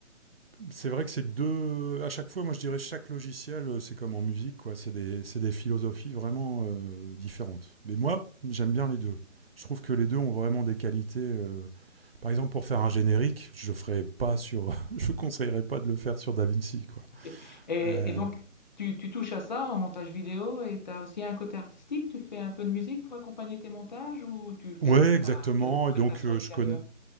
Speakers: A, on the right; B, on the left.
A: c'est vrai que c'est deux à chaque fois. Moi, je dirais chaque logiciel, euh, c'est comme en musique quoi. C'est des c'est des philosophies vraiment euh, différentes. Mais moi, j'aime bien les deux. Je trouve que les deux ont vraiment des qualités. euh, Par exemple, pour faire un générique, je ferais pas sur, <laughs> je conseillerais pas de le faire sur DaVinci quoi.
B: Ok. Et,
A: Euh,
B: et donc, tu, tu touches à ça en montage vidéo et tu as aussi un côté artistique. Tu fais un peu de musique pour accompagner tes montages ou tu fais
A: Ouais,
B: appel
A: exactement.
B: à quelle- une prestation
A: Et donc, euh,
B: extérieure?
A: je connais,